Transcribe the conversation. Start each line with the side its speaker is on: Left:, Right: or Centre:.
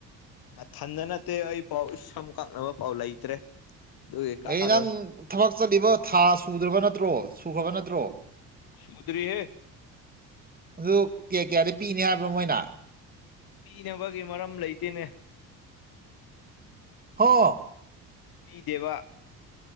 Left: ꯑꯊꯟꯗ ꯅꯠꯇꯦ ꯑꯩ ꯄꯥꯎ ꯁꯝ ꯀꯛꯅꯕ ꯄꯥꯎ ꯂꯩꯇ꯭ꯔꯦ ꯑꯗꯨꯒꯤ ꯀꯛꯑꯔꯣꯏ
Right: ꯑꯩ ꯅꯪ ꯊꯕꯛ ꯆꯠꯂꯤꯕ ꯊꯥ ꯁꯨꯗ꯭ꯔꯕ ꯅꯠꯇ꯭ꯔꯣ ꯁꯨꯈ꯭ꯔꯕ ꯅꯠꯇ꯭ꯔꯣ
Left: ꯁꯨꯗꯔꯤ ꯍꯦ
Right: ꯑꯗꯨ ꯀꯌꯥ ꯀꯌꯥꯗꯤ ꯄꯤꯅꯤ ꯍꯥꯏꯕꯅꯣ ꯃꯣꯏꯅ
Left: ꯄꯤꯅꯕꯒꯤ ꯃꯔꯝ ꯂꯩꯇꯦꯅꯦ
Right: ꯍ
Left: ꯄꯤꯗꯦꯕ